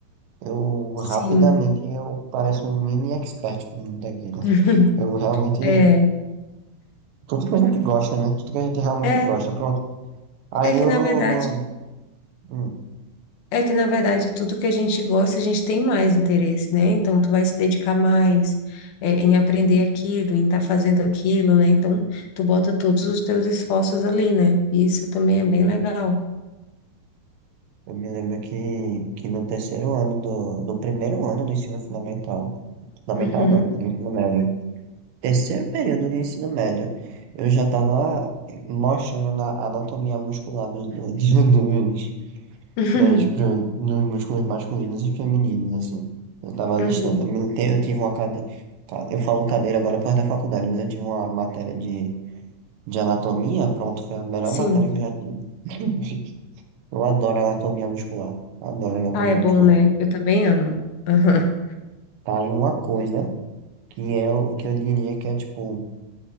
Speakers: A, on the right; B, on the left.
A: Eu
B: Sim.
A: rapidamente eu pareço um mini expert com muita guida
B: <laughs> Uhum.
A: Eu realmente.
B: É,
A: Tudo que a gente gosta, né? Tudo que a gente realmente
B: é,
A: gosta. Pronto. Aí
B: é que
A: eu
B: na
A: no.
B: verdade,
A: no hum,
B: é que na verdade tudo que a gente gosta, a gente tem mais interesse, né? Então tu vai se dedicar mais é, em aprender aquilo, em estar fazendo aquilo, né? Então tu bota todos os teus esforços ali, né? E isso também é bem legal.
A: eu me lembro que, que no terceiro ano do, do primeiro ano do ensino fundamental. Fundamental
B: Uhum,
A: não, do ensino médio. Terceiro período do ensino médio, eu já estava mostrando na anatomia muscular dos, dos, <laughs>
B: <laughs> uhum,
A: das, pro- dos músculos masculinos e femininos, assim. Eu tava
B: uhum.
A: listando. Eu, me, te- eu tive uma cadeira. Eu falo cadeira agora por causa da faculdade, mas eu tive uma matéria de, de anatomia. Pronto, foi a melhor
B: Sim.
A: matéria que eu já tive. <laughs> Eu adoro anatomia muscular. Adoro anatomia
B: Ah, é bom,
A: muscular.
B: né? Eu também amo. Aham.
A: Tá aí uma coisa que é o que eu diria que é tipo,